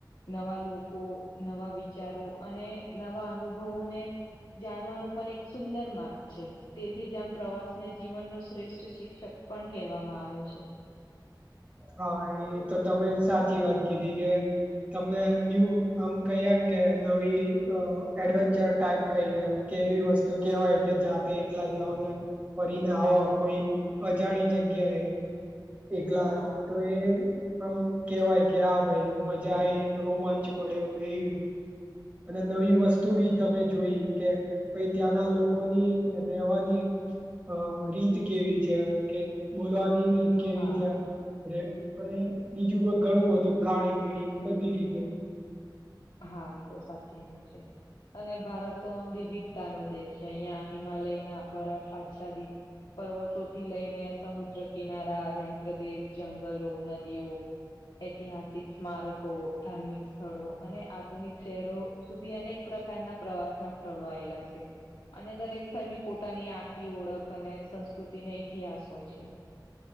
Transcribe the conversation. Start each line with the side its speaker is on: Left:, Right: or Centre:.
Left: નવા લોકો, નવા વિચારો અને નવા અનુભવોને જાણવાનું પણ એક સુંદર માર્ગ છે. તેથી જ આમ પ્રવાસને જીવનનો શ્રેષ્ઠ શિક્ષક પણ કહેવામાં આયો છે.
Right: હા, એ તો તમે સાચી વાત કીધી કે તમને ન્યૂ આમ કહીએમ કે નવી એડવેન્ચર ટાઈપ કહીએ. કે એવી વસ્તુ કેહેવાય કે જાતે એકલા જાઓને ફરીને આવો કોઈ અજાણી જગ્યાએ એકલા
Left: હા
Right: તો એ આમ કેવાય કે હા ભાઈ મજા આઈ રોમાંચ મળ્યોને એ. અને નવી વસ્તુ બી તમે જોઈ કે ભાઈ ત્યાંના લોકોની રહેવાની. અ રીત કેવી છે કે બોલવાની રીત.
Left: હા
Right: કેવી ચા અને બીજું પણ ઘણું બધું ખાણી પીણી ને બધી રીતે.
Left: હા, એ તો સાચી વાત છે. અને ભારત તો આમ વિવિધતાનો દેશ છે અહિયાં હિમાલયના બરા ફારસાદી. પર્વતોથી લઈને સમુદ્ર કિનારા, રણપ્રદેશ, જંગલો, નદીઓ ઐતિહાસિક સ્મારકો, ધાર્મિક સ્થળો અને આધુનિક શહેરો સુધી અનેક પ્રકારના પ્રવાસના સ્થળો આયેલા છે. અને દરેક સ્થળની પોતાની આગવી ઓળખ અને સંસ્કૃતિને ઇતિહાસ હોય છે.